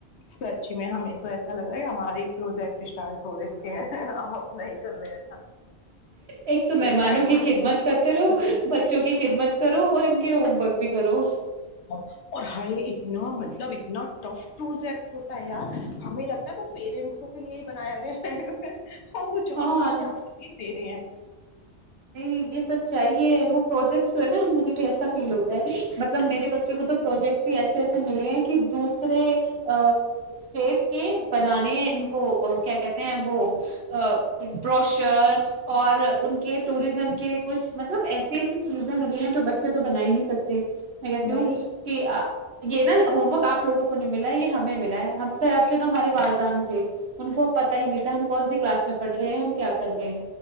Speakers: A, on the left (about 80°); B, on the right (about 70°).
A: سچی میں ہمیں تو ایسا لگ رہا ہے ہمارے پروجیکٹ اشٹار ہو د کے ہیں ہم اپنا ہی کر رہے ہیں نا
B: ایک تو مہمانوں
A: ٹائم
B: کی
A: ہوتا
B: خدمت
A: تھا کہ
B: کرتے
A: سب
B: رہو
A: لوگ
B: بچوں کی خدمت کرو اور ان کے ہوم ورک بھی کرو
A: اور ہائے اتنا مطلب اتنا ٹف پروجیکٹ ہوتا ہے یار ہمیں لگتا ہے وہ پیرنٹسوں کے لیے ہی بنایا گیا ہے اور وہ چان
B: ہاں
A: پوچھ کے بھی دے رہے ہیں
B: نہیں یہ سب چاہیے وہ پروجیکٹس جو ہے نا مجھے بھی ایسا فیل ہوتا ہے مطلب میرے بچوں کو تو پروجیکٹ بھی ایسے ایسے ملے ہیں کہ دوسرے اسٹیٹ کے بنانے ان کو کیا کہتے ہیں وہ بروشر اور ان کے کے کچھ مطلب ایسی ایسی چیزیں ملی ہیں جو بچے تو بنا ہی نہیں سکتے میں کہتی
A: نہیں
B: ہوں کہ یہ نا ہوم ورک آپ لوگوں کو ملا یہ ہمیں ملا ہے ہم س آے تو ہمارے والدان تھے ان کو پت ہی نہیں تھا ہم کون سے کلاس میں پڑ رہے ہیں ہم کیا کر رہے ہیں